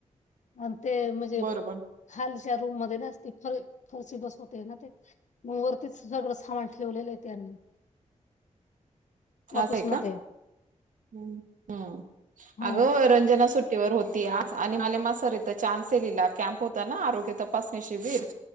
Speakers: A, on the left; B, on the right.
A: आण ते म्हजे
B: बरोबर
A: खालच्या रूम मध्ये नसती फर फरशी बसवते ना ते म वरतीच सगळं थामान ठेवलेले त्यांनी ऑफिसमध्ये
B: आजय का हम्म
A: हो
B: अग रंजना सुट्टीवर होती आज आणि <unintelligible> चानसेलीला कॅम्प होता ना आरोग्य तपासणी शिबीर